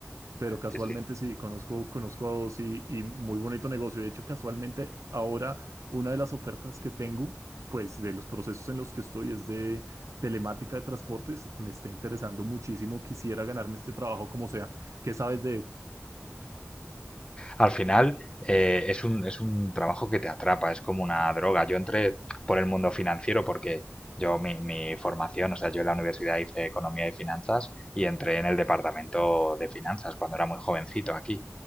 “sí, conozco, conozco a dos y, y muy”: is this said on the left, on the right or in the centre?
Right